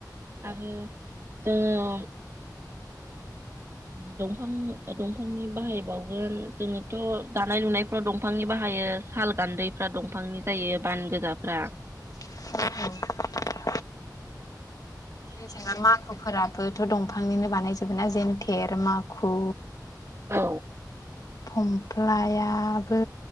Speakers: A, on the right (about 35°); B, on the left (about 55°).
A: आरो दों दंफां-दंफांनि बाहायबावगोन जोङोथ दानाय लुनायफ्राव दंफांनि बाहायो साल गान्दैफ्रा दंफांनि जायो बान गोजाफ्रा
B: <inaudible> <inaudible> माखुफोराबोथ दंफांनिनो बानायजोबो ना जेनथेर माखु
A: औ
B: फमफ्लायाबो